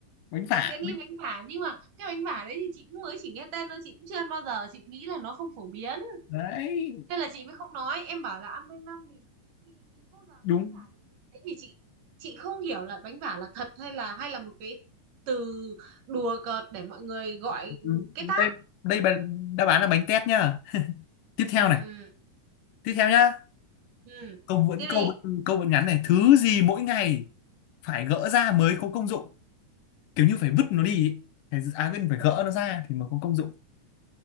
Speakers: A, on the left (about 80°); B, on the right (about 75°).
A: bánh phả
B: chị đã nghĩ bánh vả nhưng mà cái bánh vả đấy thì chị cũng mới chỉ nghe tên thôi chị cũng chưa ăn bao giờ chị nghĩ là nó không phổ biến
A: đấy
B: nên là chị mới không nói em bảo là ăn quanh năm thì thì mình có bao giờ
A: đúng,
B: bánh vả gì chị đấy thì chị chị không hiểu là bánh vả là thật hay là hay là một cái từ đùa cợt để mọi người gọi
A: đúng.
B: cái
A: đây
B: tát
A: đây bán- đáp án là bánh tét nhá tiếp theo này
B: ừ
A: tiếp theo nhá
B: ừ
A: câu vẫn
B: tiếp đi
A: câu câu vẫn ngắn này thứ gì mỗi ngày phải gỡ ra mới có công dụng kiểu như phải vứt nó đi ý. phải à quên phải gỡ nó ra thì mới có công dụng